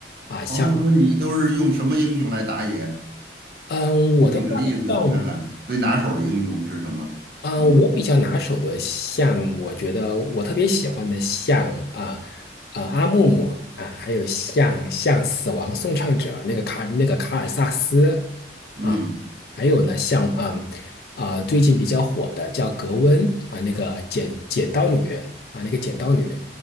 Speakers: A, on the left (about 60°); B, on the right (about 55°).
A: 啊。像，
B: 哦，那你都是用什么英雄来打野？
A: 嗯，
B: 你举个例子看看，
A: 我的话呢，像，
B: 最拿手的英雄是什么？
A: 嗯，
B: 嗯
A: 我比较拿手的，像我觉得我特别喜欢的像，啊啊阿木木啊，还有像像死亡颂唱者那个卡那个卡尔萨斯
B: 嗯，
A: 啊还有呢，像嗯啊、最近比较火的叫格温啊，那个剪剪刀女啊，那个剪刀女